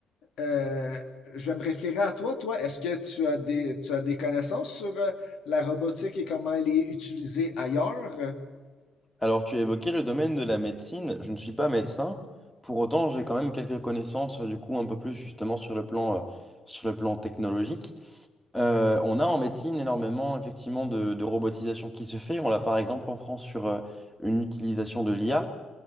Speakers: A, on the left; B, in the centre.
A: euh, je vais me référer à toi. Toi, est-ce que tu as des, tu as des connaissances sur euh, la robotique et comment elle est utilisée ailleurs?
B: Alors, tu as évoqué le domaine de la médecine. Je ne suis pas médecin. Pour autant, j'ai quand même quelques connaissances, euh, du coup, un peu plus justement sur le plan, euh, sur le plan technologique. Euh, on a en médecine énormément effectivement de, de robotisation qui se fait. On l'a par exemple en France sur euh, une utilisation de l'IA.